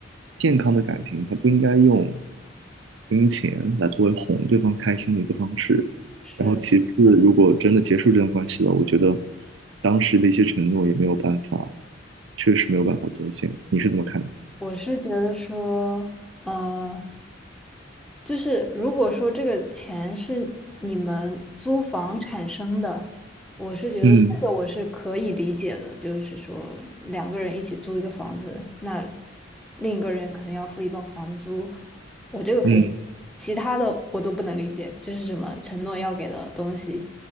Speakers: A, on the right (about 75°); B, in the centre.
A: 健康的感情，它不应该用金钱来作为哄对方开心的一个方式。
B: 是是的，
A: 然后其次，如果真的结束这段关系了，我觉得当时的一些承诺也没有办法，确实没有办法兑现。你是怎么看的？
B: 我是觉得说，呃，就是如果说这个钱是你们租房产生的，我是觉得这个我是可以理解的，
A: 嗯
B: 就是说两个人一起租一个房子，那另一个人可能要付一半房租，我这个可以理解，
A: 嗯
B: 其他的我都不能理解，就是什么承诺要给的东西，